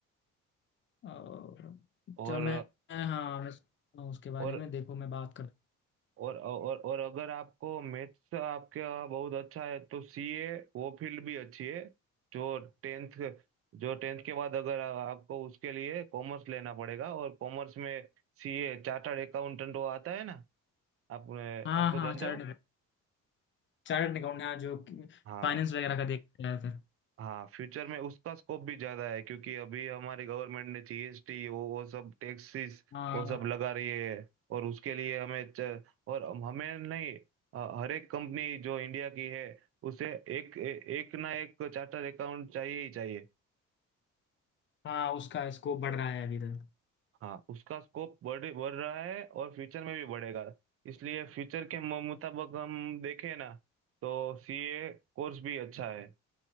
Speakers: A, on the left; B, on the right.
A: और
B: और
A: चलो मैं हाँ मैं सोचता हूँ उसके बारे
B: और
A: में देखो मैं बात कर
B: और और और अगर आपको मैथ्स आपके बहुत अच्छा है तो सीए वो फील्ड भी अच्छी है जो टेंथ जो टेंथ के बाद अगर आ- आपको उसके लिए कॉमर्स लेना पड़ेगा और कॉमर्स में सीए चार्टर्ड अकाउंटेंट वो आता है ना आप
A: हाँ
B: आपको
A: हाँ
B: जानते
A: चार्ट
B: हो
A: चार्ट अकाउंट हाँ जो
B: हाँ
A: फाइनेंस वगैरह का देखते हैं उधर।
B: हाँ फ्यूचर में उसका स्कोप भी ज्यादा है क्योंकि अभी हमारी गवर्नमेंट ने जीएसटी वो वो सब टैक्सेस
A: हाँ
B: वो सब लगा रही है और उसके लिए हमें च, और हम- हमें नहीं अ, हर एक कंपनी जो इंडिया की है उसे एक ए, एक ना एक चार्टर अकाउंट चाहिए ही चाहिए
A: हाँ उसका स्कोप बढ़ रहा है अभी तक
B: हाँ उसका स्कोप बढ़ बढ़ रहा है और फ्यूचर में भी बढ़ेगा इसलिए फ्यूचर के मु- मुताबिक हम देखें ना तो सीए कोर्स भी अच्छा है